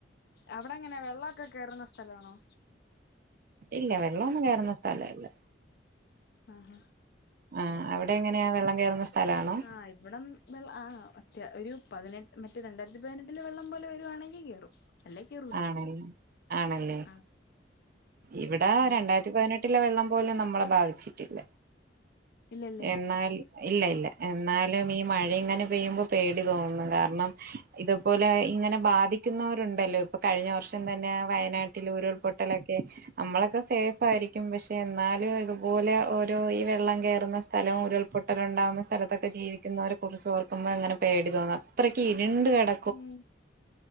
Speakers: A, on the left (about 60°); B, on the right (about 50°).
A: അവിടെ എങ്ങനെ വെള്ളമൊക്കെ കേറുന്ന സ്ഥലമാണോ
B: ഇല്ല വെള്ളം ഒന്നും കേറുന്ന സ്ഥലം ഇല്ല
A: ആഹാ
B: ആഹ് അവിടെ എങ്ങനെയാ വെള്ളം കേറുന്ന സ്ഥലാണോ
A: ആഹ് ഇവിടം വെള്ള് അത്യ ഒരു പതിനെട്ട് മറ്റെ രണ്ടായിരത്തി പതിനെട്ടിലെ വെള്ളം പോലെ വരുവാണെങ്കി കേറും അല്ലേ കേറൂല
B: ആണലെ ആണല്ലേ
A: ആഹ്
B: ഇവിടെ
A: ആഹ്
B: രണ്ടായിരത്തി ത്തി പതിനെട്ടിലെ വെള്ളം പോലും നമ്മളെ ബാധിച്ചിട്ടില്ല
A: ഇല്ലല്ലേ
B: എന്നാൽ ഇല്ല ഇല്ല എന്നാലും ഈ മഴ ഇങ്ങനെ പെയ്യുമ്പം പേടി തോന്നുന്നു കാരണം ഇതുപോലെ ഇങ്ങനെ ബാധിക്കുന്നവരുണ്ടല്ലോ ഇപ്പ കഴിഞ്ഞ വർഷം തന്നെ വയനാട്ടിൽ ഉരുൾപൊട്ട് ട്ടലൊക്കെ നമ്മളൊക്കെ സേഫ്‌ ആയിരിക്കും പക്ഷെ എന്നാലും ഇതുപോലെ ഓരോ ഈ വെള്ളം കേറുന്ന സ് സ്ഥലം ഉരുൾപൊട്ടലൊണ്ടാവുന്ന സ്ഥലത്തൊക്കെ ജീവിക്കുന്നവരെ കുറിച്ച് ഓർക്കുമ്പം അങ്ങനെ പേടി തോന്നാം അത്രയ്ക്ക് ഇരുണ്ട് കെട
A: ഉം